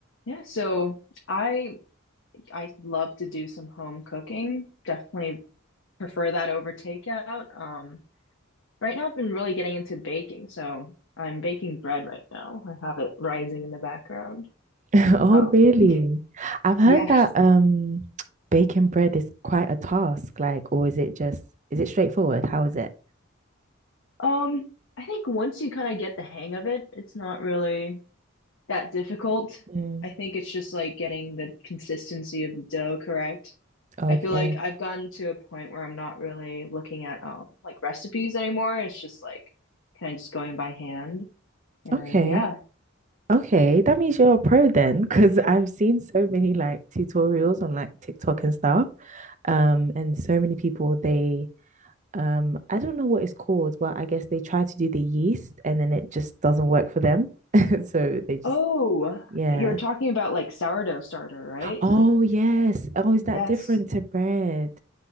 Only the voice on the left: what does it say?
Yeah, so I I love to do some home cooking. Definitely prefer that over takeout. Um, right now I've been really getting into baking, so I'm baking bread right now. I have it rising in the background.
Um,
<laughs>
yes.
Um, I think once you kind of get the hang of it, it's not really that difficult.
I think it's just like getting the consistency of the dough correct.
I feel like I've gotten to a point where I'm not really looking at um like recipes anymore. It's just like kind of just going by hand. And
yeah.
Oh,
you're talking about like sourdough starter, right?
Like
yes.